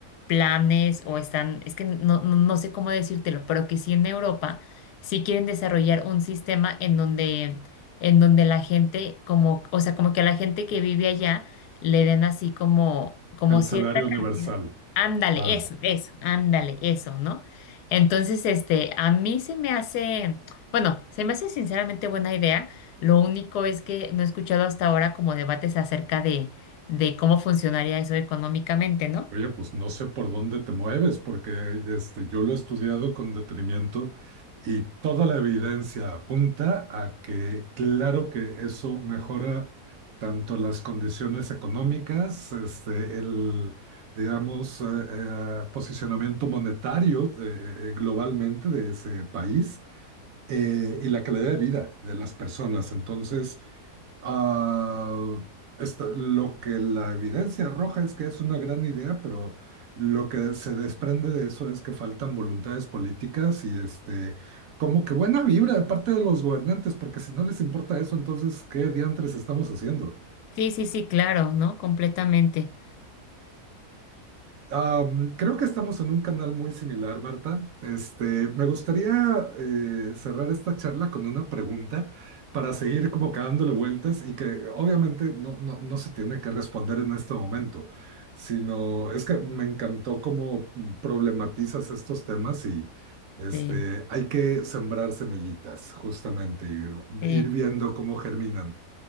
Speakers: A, on the left (about 80°); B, on the right (about 65°).
A: planes o están, es que no, no, no sé cómo decírtelo, pero que sí en Europa sí quieren desarrollar un sistema en donde, en donde la gente como, o sea, como que a la gente que vive allá le den así como, como
B: El
A: cierta
B: salario
A: cantidad.
B: universal.
A: Ándale,
B: Ah.
A: eso, eso, ándale, eso, ¿no? Entonces, este, a mí se me hace. Bueno, se me hace sinceramente buena idea. Lo único es que no he escuchado hasta ahora como debates acerca de, de cómo funcionaría eso económicamente, ¿no?
B: Oye, pues no sé por dónde te mueves, porque este, yo lo he estudiado con detenimiento y toda la evidencia apunta a que claro que eso mejora tanto las condiciones económicas, este, el, digamos, eh, eh, posicionamiento monetario eh, eh, globalmente de ese país eh, y la calidad de vida de las personas. Entonces, Ah, esta- lo que la evidencia arroja es que es una gran idea, pero lo que se desprende de eso es que faltan voluntades políticas y este, como que buena vibra de parte de los gobernantes, porque si no les importa eso, entonces, ¿qué diantres estamos haciendo?
A: Sí, sí, sí, claro, ¿no? Completamente.
B: Am, creo que estamos en un canal muy similar, Marta. Este, me gustaría eh, cerrar esta charla con una pregunta para seguir como que dándole vueltas y que obviamente no, no, no se tiene que responder en este momento, sino es que me encantó cómo problematizas estos temas y este,
A: Sí,
B: hay que sembrar semillitas justamente y
A: sí.
B: ir viendo cómo germinan.